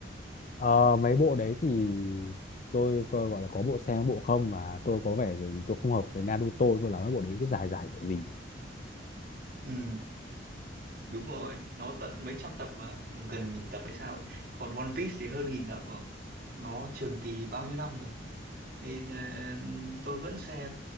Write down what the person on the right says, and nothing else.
ừ đúng rồi nó tận mấy trăm tập mà gần nghìn tập hay sao ấy. còn One Piece thì hơn nghìn tập rồi nó trường kỳ bao nhiêu năm rồi nên ờ, tôi vẫn xem